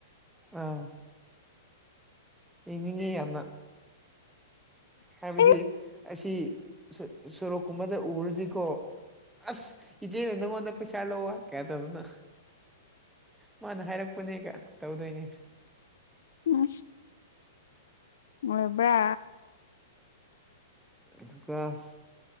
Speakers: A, in the centre; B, on the left.
A: ꯎꯝ ꯌꯦꯡꯅꯤꯡꯉꯤ ꯌꯥꯝꯅ ꯍꯥꯏꯕꯗꯤ
B: ꯏꯁ
A: ꯑꯁꯤ ꯁꯣꯔꯣꯛ ꯀꯨꯝꯕꯗ ꯎꯔꯗꯤꯀꯣ ꯑꯁ ꯏꯆꯦꯅꯦ ꯅ ꯃꯣꯟꯟꯅ ꯄꯩꯁꯥ ꯂꯧꯑꯣ ꯀꯌꯥ ꯇꯕꯅ ꯃꯥꯅ ꯍꯥꯏꯔꯛꯄꯅꯦꯒ ꯇꯧꯗꯣꯏꯅꯦ
B: ꯎꯝ ꯎꯕ꯭ꯔ
A: ꯑꯗꯨꯒꯀ